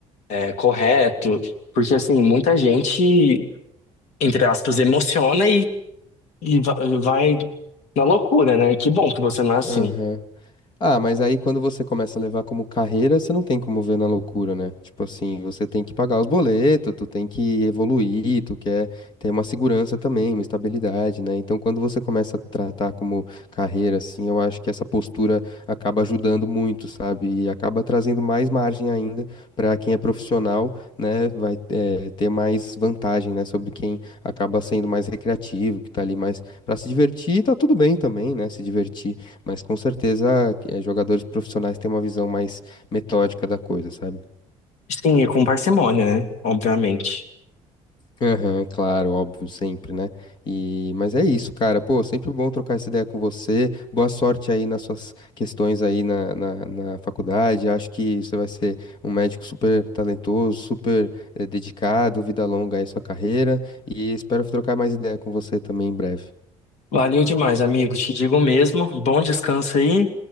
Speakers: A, on the left; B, on the left.
A: é, correto, porque assim, muita gente, entre aspas, emociona e, e va- vai na loucura, né? Que bom que você não é assim.
B: Aham. Ah, mas aí quando você começa a levar como carreira, você não tem como ver na loucura, né? Tipo assim, você tem que pagar os boletos, tu tem que evoluir, tu quer ter uma segurança também, uma estabilidade, né? Então quando você começa a tratar como carreira, assim, eu acho que essa postura acaba ajudando muito, sabe? E acaba trazendo mais margem ainda pra quem é profissional, né? Vai eh, ter mais vantagem, né? Sobre quem acaba sendo mais recreativo, que tá ali mais pra se divertir, tá tudo bem também, né? Se divertir. Mas com certeza eh, jogadores profissionais têm uma visão mais metódica da coisa, sabe?
A: Sim, e com parcimônia, né? Obviamente.
B: Aham, claro, óbvio, sempre, né? E, mas é isso, cara. Pô, sempre bom trocar essa ideia com você. Boa sorte aí nas suas questões aí na, na, na faculdade. Acho que você vai ser um médico super talentoso, super eh, dedicado, vida longa aí sua carreira. E espero trocar mais ideia com você também em breve.
A: Valeu demais, amigo. Te digo mesmo. Bom descanso aí.